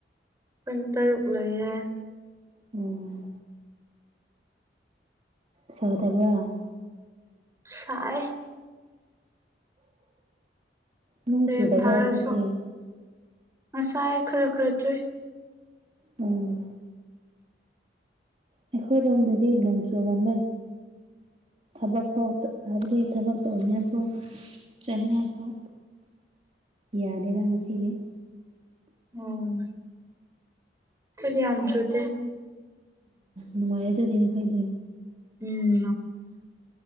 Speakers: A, on the right; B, on the right.
A: ꯀꯨꯟ ꯇꯔꯨꯛ ꯂꯩꯌꯦ
B: ꯎꯝ ꯁꯗꯕ
A: ꯁꯥꯏ
B: ꯅꯣꯡ
A: ꯐꯦꯟ
B: ꯆꯨꯗꯕ꯭ꯔꯥ
A: ꯊꯥꯔꯁꯨ
B: ꯍꯧꯖꯤꯛꯇꯤ
A: ꯉꯁꯥꯏ ꯈꯔ ꯈꯔ ꯆꯨꯏ
B: ꯎꯝ ꯑꯩꯈꯣꯏꯔꯣꯝꯗꯗꯤ ꯅꯣꯡꯖꯨ ꯑꯃꯝ ꯊꯕꯛ ꯐꯥꯎ ꯍꯥꯏꯕꯗꯤ ꯊꯕꯛꯛꯇꯧꯅꯤꯐꯥꯎ ꯆꯠꯅꯤꯡꯉꯥꯏ ꯐꯥꯎ ꯌꯥꯗꯦꯔ ꯉꯁꯤꯗꯤ
A: ꯎꯝ ꯈꯨꯠ ꯌꯥꯝꯗ꯭ꯔ ꯇꯤ
B: ꯅꯨꯡꯃꯌꯦꯗꯗꯅ ꯐꯩꯅꯦ
A: ꯎꯝ